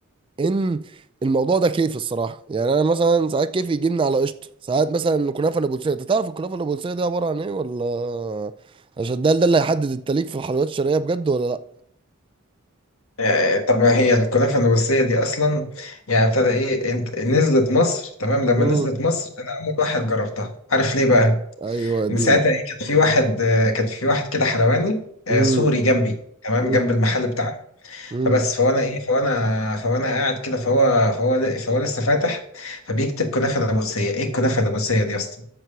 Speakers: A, on the right (about 25°); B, on the left (about 75°).
A: ان الموضوع ده كيف الصراحه يعني انا مثلا ساعات كيف يجيبني على قشطه ساعات مثلا كنافه نابلسيه انت تعرف الكنافه النابلسيه دي عباره عن ايه ولا <laughs> عشان ده ده اللي هيحدد التليك في الحلويات الشرقيه بجد ولا لا
B: آه، طب ما هي الكنافه النورسيه دي اصلا يعني ابتدى ايه انت نزلت مصر تمام لما
A: امم
B: نزلت مصر انا اول واحد جربتها عارف ليه بقى
A: ايوه اديني
B: من ساعتها ايه كان في واحد آه، كان في واحد كده حلواني آه،
A: امم
B: سوري جنبي تمام
A: امم
B: جنب المحل بتاعنا
A: امم
B: فبس فوانا ايه فوانا فوانا قاعد كده فهو فهو فهو لسه فاتح فبيكتب كنافه نابلسيه ايه الكنافه النابلسيه دي يا اسطى